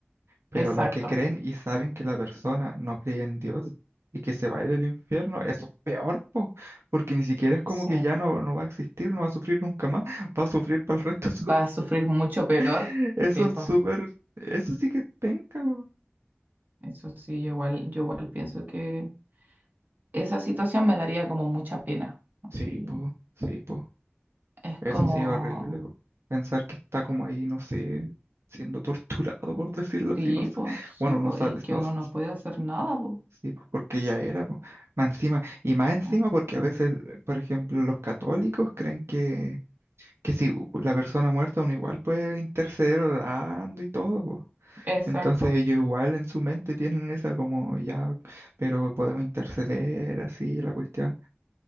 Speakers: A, on the right; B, on the right.
A: Pero
B: exacto.
A: los que creen y saben que la persona no cree en Dios y que se va a ir al infierno, eso es peor, po, porque ni siquiera es como
B: Sí.
A: que ya no, no va a existir, no va a sufrir nunca más, <laughs> va a sufrir para el resto de su-
B: Va a sufrir mucho peor.
A: <laughs> Eso
B: Sí,
A: es
B: pues.
A: súper, eso sí que es penca, po.
B: Eso sí, yo igual, yo igual pienso que esa situación me daría como mucha pena. Así,
A: Sí, po, sí, po.
B: es
A: Eso
B: como,
A: sí es horrible, po. Pensar que está como ahí, no sé, siendo torturado, por decirlo
B: sí,
A: así, no sé.
B: pues, sí,
A: Bueno,
B: pues,
A: no sabes,
B: y que
A: no
B: uno
A: sé.
B: no puede hacer nada, pues.
A: Sí, pues, porque ya era, po. Más encima, y más encima
B: ¿eh?
A: porque a veces, por ejemplo, los católicos creen que, que si u- la persona muerta uno igual puede interceder orando y todo, po.
B: Exacto.
A: Entonces ellos igual en su mente tienen esa como ya, pero podemos interceder así la cuestión.